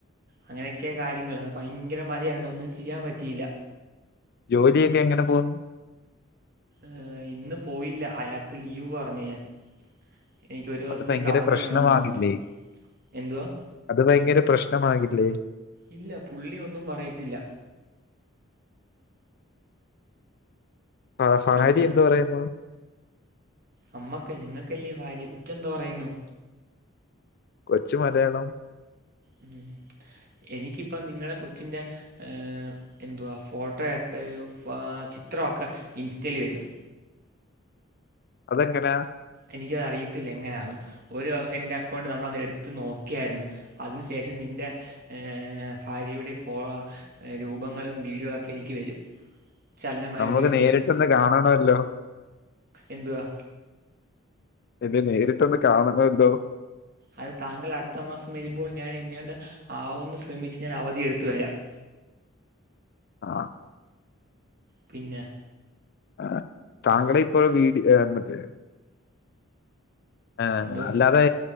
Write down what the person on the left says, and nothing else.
ജോലിയൊക്കെ എങ്ങനെ പോവുന്നു
അത് ഭയങ്കര
പ്രശ്നമാകില്ലേ
അത് ഭയങ്കര പ്രശ്നമാകില്ലേ
ആ ഫാര്യ
എന്ത്‌ പറയുന്നു
കൊച്ച് മലയാളം
അതെങ്ങനാ
നമുക്ക്
നേരിട്ടൊന്ന്
കാണണല്ലോ
തന്നെ നേരിട്ടൊന്ന് കാണണല്ലോ
ആ
ആ താങ്കളിപ്പോൾ വീട് ഏ മറ്റേ ആ
അല്ലാതെ